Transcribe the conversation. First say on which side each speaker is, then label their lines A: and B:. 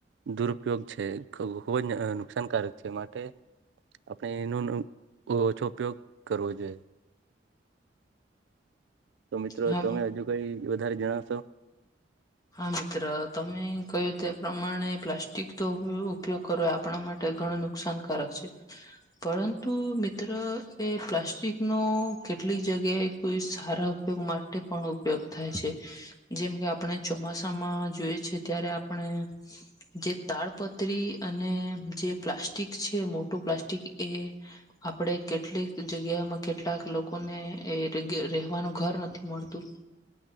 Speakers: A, on the right (about 75°); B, on the left (about 20°).
A: દુરુપયોગ છે ખૂબ જ નુકસાનકારક છે. માટે આપણે એનો ઓછો ઉપયોગ કરવો જોઈએ. તો મિત્રો
B: હા
A: તમે હજુ કઈ વધારે જણાવશો?
B: હા મિત્ર તમે કહ્યું તે પ્રમાણે પ્લાસ્ટિક તો ઉપયોગ કરો આપણા માટે ઘણું નુકસાનકારક છે. ‌ પરંતુ મિત્ર એ પ્લાસ્ટિક નો કેટલીક જગ્યાએ કોઈ સારા ઉપયોગ માટે પણ ઉપયોગ થાય છે. જેમ કે આપણે ચોમાસામાં જોય છે ત્યારે આપણે જે તાડપત્રી અને જે પ્લાસ્ટિક છે મોટું પ્લાસ્ટિક એ આપણે કેટલીક જગ્યામાં કેટલાક લોકોને રહેેવાનું ઘર નથી મળતું